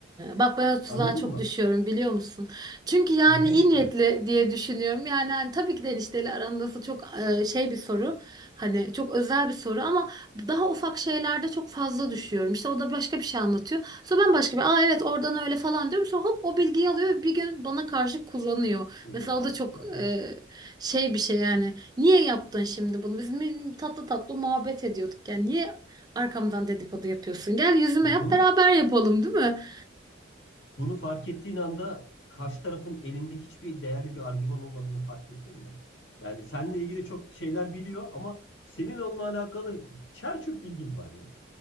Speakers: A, on the right; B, on the left.
A: bak ben o tuzağa
B: Anladın
A: çok
B: mı?
A: düşüyorum biliyor musun? Çünkü yani
B: Düşme.
A: iyi niyetli diye düşünüyorum. Yani hani tabii ki de enişteyle arandası çok e, şey bir soru. Hani çok özel bir soru ama daha ufak şeylerde çok fazla düşüyorum. İşte o da başka bir şey anlatıyor. Sonra ben başka bir aa evet oradan öyle falan diyorum. Sonra hop o bilgiyi alıyor ve bir gün bana karşı kullanıyor.
B: Ya
A: Mesela o da çok
B: ya.
A: e, şey bir şey yani. Niye yaptın şimdi bunu? Biz mi- tatlı tatlı muhabbet ediyorduk. Yani niye Arkamdan dedikodu yapıyorsun. Gel yüzüme
B: Bunu
A: yap beraber yapalım, değil mi?
B: bunu fark ettiğin anda karşı tarafın elinde hiçbir değerli bir argüman olmadığını fark ettin mi? Yani seninle ilgili çok şeyler biliyor ama senin onunla alakalı çer çöp bilgin var ya.